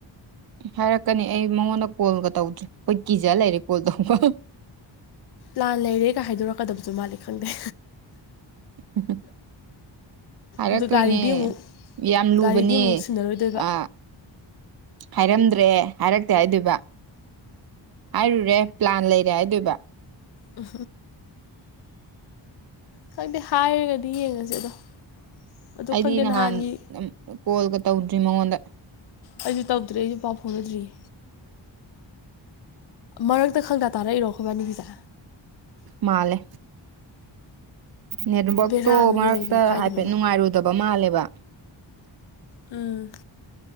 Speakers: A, on the right; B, on the left.
A: ꯍꯥꯏꯔꯛꯀꯅꯤ ꯑꯩ ꯃꯉꯣꯟꯗ ꯀꯣꯜꯒ ꯇꯧꯗ꯭ꯔꯦ ꯑꯩꯈꯣꯏ ꯀꯤꯖ ꯂꯩꯔꯦ ꯀꯣꯜ ꯇꯧꯕ
B: ꯂꯥꯟ ꯂꯩꯔꯦꯒ ꯍꯥꯏꯗꯣꯔꯛꯀꯗꯕꯁꯨ ꯃꯥꯜꯂꯦ ꯈꯪꯗꯦ
A: ꯎ ꯍꯥꯏꯔꯛꯇꯣꯏꯅꯦ
B: ꯑꯗꯣ ꯒꯥꯔꯤꯗꯤ ꯑꯃꯨꯛ
A: ꯌꯥꯝ ꯂꯨꯕꯅꯦ
B: ꯒꯥꯔꯤꯗꯤ ꯑꯃꯨꯛ ꯁꯤꯟꯅꯔꯣꯏꯗꯣꯏꯕ
A: ꯑ ꯍꯥꯏꯔꯝꯗ꯭ꯔꯦ ꯍꯥꯏꯔꯛꯇꯦ ꯍꯥꯏꯗꯣꯏꯕ ꯍꯥꯏꯔꯨꯔꯦ ꯄ꯭ꯂꯥꯟ ꯂꯩꯔꯦ ꯍꯥꯏꯗꯣꯏꯕ
B: ꯎꯝ ꯈꯪꯗꯦ ꯍꯥꯏꯔꯒꯗꯤ ꯌꯦꯡꯉꯁꯦ ꯑꯗꯣ ꯑꯗꯣ
A: ꯑꯩꯗꯤ
B: ꯈꯪꯗꯦ
A: ꯅꯍꯥꯟ
B: ꯅꯍꯥꯟꯒꯤ
A: ꯀꯣꯜꯒ ꯇꯧꯗ꯭ꯔꯤ ꯃꯉꯣꯟꯗ
B: ꯑꯩꯁꯨ ꯇꯧꯗ꯭ꯔꯦ ꯑꯩꯁꯨ ꯄꯥꯎ ꯐꯥꯎꯅꯗ꯭ꯔꯤꯌꯦ ꯃꯔꯛꯇ ꯈꯪꯗ ꯇꯥꯔꯛꯏꯔꯣ ꯈꯣꯕꯅꯤ ꯁꯤꯁꯥ
A: ꯃꯥꯜꯂꯦ ꯅꯦꯠꯋꯔꯛꯇꯣ
B: ꯕꯦꯔꯥ ꯑꯃꯗꯤ
A: ꯃꯔꯛꯇ
B: ꯂꯩꯔꯤ ꯀꯥꯏꯗꯅꯣꯃ
A: ꯍꯥꯏꯐꯦꯠ ꯅꯨꯡꯉꯥꯏꯔꯨꯗꯕ ꯃꯥꯜꯂꯦꯕ
B: ꯎꯝ